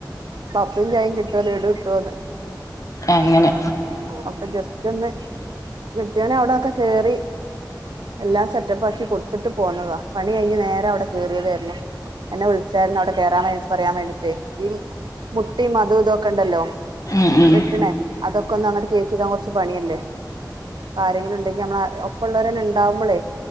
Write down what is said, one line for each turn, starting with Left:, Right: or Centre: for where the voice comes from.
Right: പപ്പ്സും ചായും കിട്ടേ, ലെഡു ട്ടേന്ന്.
Left: എങ്ങനെ.
Right: അപ്പൊ ജസ്‌റ്റോന്ന്. കെട്ടിയേന് അവിടെക്കെ കേറി. എല്ലാം സെറ്റപ്പാക്കി കൊടുത്തിട്ട് പോന്നതാ, പണി കഴിഞ്ഞ് നേരെ അവിടെ കേറിയതായിരുന്നു. എന്നെ വിളിച്ചായിരുന്നു അവിടെ കേറാൻ വേണ്ടി പറയാൻ വേണ്ടീട്ടെ. ഈ മുട്ടിം മതും ഇതോക്കെണ്ടല്ലോ.
Left: ഉം ഉം
Right: വെട്ട്ണേ, അതൊക്കെന്ന് അങ്ങട്ട് കേറ്റിടാൻ കെർച്ച് പണിയല്ലേ. ആരെങ്കിലുണ്ടെങ്കി, നമ്മളെ ഒപ്പ ള്ളേരെന്നെ ണ്ടാവുമ്പളേ.